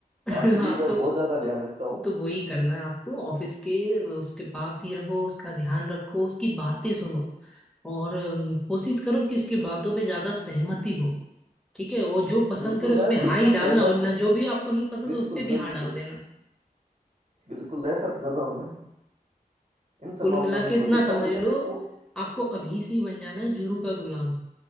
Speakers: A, in the centre; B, on the right (about 50°).
A: <laughs>
B: हाँ क्लिक
A: हाँ तो
B: और बहुत ज्यादा
A: तो
B: ध्यान रखता हूँ
A: तो वही करना है आपको ऑफिस के उसके पास ही रहो उसका ध्यान रखो उसकी बातें सुनो और अम, कोशिश करो कि उसकी बातों पे ज्यादा सहमति हो ठीक है वो जो पसंद
B: बिल्कुल
A: करे उस
B: मैं
A: पे हाँ
B: बिल्कुल
A: ही डालना
B: सहमत
A: और ना जो भी आपको नहीं पसंद
B: बिल्कुल
A: उस पे भी
B: बिल्कुल
A: हाँ डाल देना
B: बिल्कुल ऐसा तो कर रहा हूं मैं इन सब
A: कुल
B: मामलों
A: मिला
B: में
A: के इतना
B: तो इतना
A: समझ
B: कर गया
A: लो
B: लेकिन वो
A: आपको अभी से ही बन जाना है जुरू का गुलाम